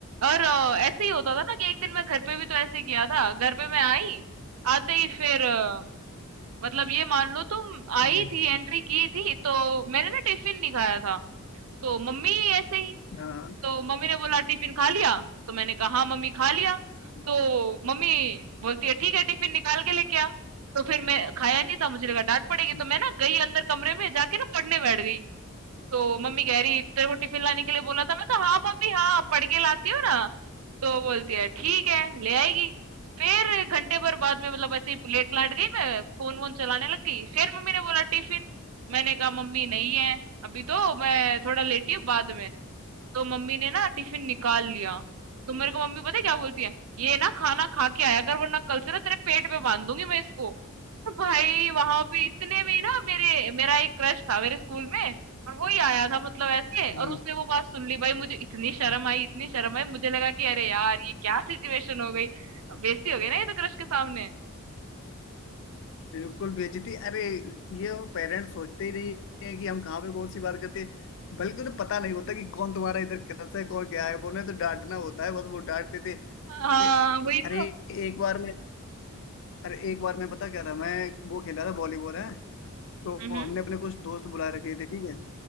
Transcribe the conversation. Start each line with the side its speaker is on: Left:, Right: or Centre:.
Right: और अ, ऐसे ही होता था ना कि एक दिन मैं घर पे भी तो ऐसे ही किया था घर पे मैं आई आते ही फिर अ, मतलब ये मान लो तुम आई
Left: हम्म,
Right: थी एंट्री की थी तो मैंने ना टिफिन नहीं खाया था तो मम्मी ऐसे ही
Left: हाँ
Right: तो मम्मी ने बोला टिफिन खा लिया तो मैंने कहा हाँ मम्मी खा लिया
Left: हम्म,
Right: तो मम्मी बोलती है ठीक है टिफिन निकाल के लेके आ तो फिर मैं खाया नहीं था मुझे लगा डांट पड़ेगी
Left: हम्म,
Right: तो मैं ना गई अंदर कमरे में जाके ना पढ़ने बैठ गई तो मम्मी कह रही तेरे को टिफिन लाने के लिए बोला था मैं कहा हाँ मम्मी हाँ पढ़ के लाती हो ना तो बोलती है ठीक है ले आएगी फिर घंटे भर बाद में मतलब ऐसे ही लेट लाट गई मैं फोन वोन चलाने लग गई फिर मम्मी ने बोला टिफिन मैंने कहा मम्मी नहीं है अभी तो मैं थोड़ा लेटी हूँ बाद में तो मम्मी ने ना टिफिन निकाल लिया तो मेरे को मम्मी पता है क्या बोलती है ये ना खाना खा के आया कर वरना कल से ना तेरे पेट पे बांध दूंगी मैं इसको तो भाई वहां पे इतने में ही ना मेरे मेरा एक क्रश था मेरे स्कूल में और वो ही आया था मतलब ऐसे
Left: हम्म,
Right: और उसने वो बात सुन ली भाई मुझे इतनी शर्म
Left: हम्म,
Right: आई इतनी शर्म आई मुझे लगा कि अरे यार ये क्या सिचुएशन हो गई बेइज्जती हो गई ना ये तो क्रश के सामने
Left: बिल्कुल बेइज्जती अरे ये वो पेरेंट्स सोचते ही नहीं है कि हम कहाँ पे कौन सी बात करते हैं। बल्कि उन्हें पता नहीं होता कि कौन तुम्हारा इधर क्रस है कौन क्या है बोले तो डांटना होता है बस वो डांट देते
Right: हाँ
Left: ए-
Right: वही
Left: अरे
Right: तो
Left: एक बार अरे एक बार मैं पता क्या था मैं वो खेला था वॉलीबॉल है तो
Right: हम्म
Left: हमने अपने कुछ दोस्त बुला रखे थे ठीक है